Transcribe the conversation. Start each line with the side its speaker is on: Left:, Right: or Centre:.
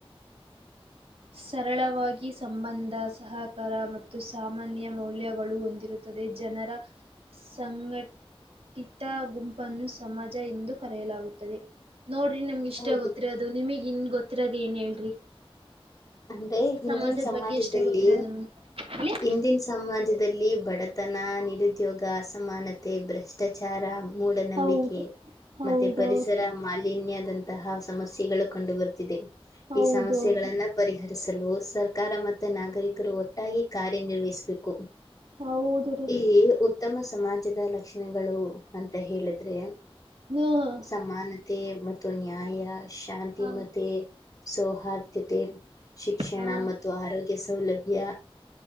Right: ಸರಳವಾಗಿ ಸಂಬಂಧ ಸಹಕಾರ ಮತ್ತು ಸಾಮಾನ್ಯ ಮೌಲ್ಯಗಳು ಹೊಂದಿರುತ್ತದೆ ಜನರ ಸಂಘಟಿತ ಗುಂಪನ್ನು ಸಮಾಜ ಎಂದು ಕರೆಯಲಾಗುತ್ತದೆ. ನೋಡ್ರಿ ನಿಮಗೆ ಇಷ್ಟೇ
Left: ಹೌದು
Right: ಗೊತ್ತಿರೋದು ನಿಮಗ್ ಇನ್ ಗೊತ್ತ. ಹೇಳ್ತಿರೋದು ಏನ್ ಹೇಳ್ರಿ.
Left: ಅಂದ್ರೆ ಹಿಂದಿನ
Right: ಸಮಾಜದ
Left: ಸಮಾಜದಲ್ಲಿ.
Right: ಬಗ್ಗೆ ಇಷ್ಟ ಗೊತ್ತಿರೋದು ನಮಗ್
Left: ಹಿಂದಿನ ಸಮಾಜದ್ ದಲ್ಲಿ ಬಡತನ ನಿರುದ್ಯೋಗ ಅಸಮಾನತೆ ಭ್ರಷ್ಟಾಚಾರ. ಮೂಢನಂಬಿಕೆ
Right: ಹೌದು ಹೌದೌದು
Left: ಮತ್ತೆ ಪರಿಸರ ಮಾಲಿನ್ಯ ದಂತದ ಸಮಸ್ಯೆಗಳು ಕಂಡು ಬರ್ತ್ತಿದೆ.
Right: ಹೌದೌದು
Left: ಈ ಸಮಸ್ಯೆಗಳನ್ನ ಪರಿಹರೀ ಸಲು ಸರ್ಕಾರ ಮತ್ತೆ ನಾಗರಿಕರು ಒಟ್ಟಾಗಿ ಕಾರ್ಯನಿರ್ವಹಿಸಬೇಕ್ ಕೂ
Right: ಹೌದು ರೀ
Left: ಈ ಊ ಉತ್ತಮ ಸಮಾಜದ ಲಕ್ಷಣೆಗಳು ಅಂತ ಹೇಳಿದ್ರೆ
Right: ಹೌದು
Left: ಸಮಾನತೆ ಮತ್ತು <unintelligible> ಶಾಂತಿ
Right: ರೀ ಹಾ ಹಾ
Left: ಮತೆ ಸೌಹಾರ್ದತೆ ಶಿಕ್ಷಣ
Right: ಹಾ
Left: ಮತ್ತು ಆರೋಗ್ಯ ಸೌಲಭ್ಯ